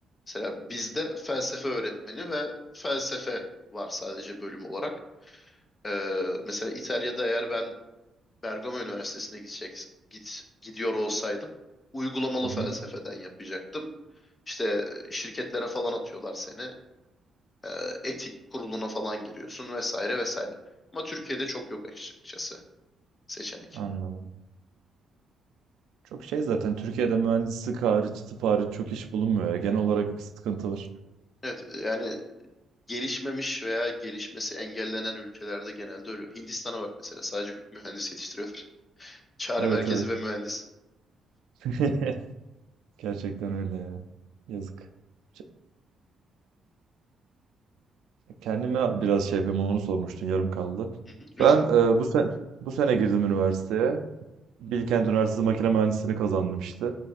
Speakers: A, on the left; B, on the right.
A: Mesela bizde felsefe öğretmeni ve felsefe var sadece bölüm olarak. E, mesela İtalya'da eğer ben Bergama Üniversitesi'ne gidecek, git, gidiyor olsaydım uygulamalı
B: Hı
A: felsefeden
B: hı.
A: yapacaktım. İşte e, şirketlere falan atıyorlar seni. E, etik kuruluna falan giriyorsun vesaire vesaire. Ama Türkiye'de çok yok açıkçası seçenek.
B: Anladım. Çok şey zaten Türkiye'de mühendislik hariç, tıp hariç çok iş bulunmuyor ya. Genel olarak bir sıkıntı var.
A: Evet e, yani gelişmemiş veya gelişmesi engellenen ülkelerde genelde öyle. Hindistan'a bak mesela sadece mühendis yetiştiriyorlar. Çağrı
B: Evet
A: merkezi
B: evet.
A: ve mühendis.
B: <laughs> Gerçekten öyle ya. Yazık. Ç- Kendime biraz şey yapayım onu sormuştun yarım kaldı.
A: Hı hı, lütfen.
B: Ben e, bu sen bu sene girdim üniversiteye. Bilkent Üniversitesi Makine Mühendisliğini kazandım işte.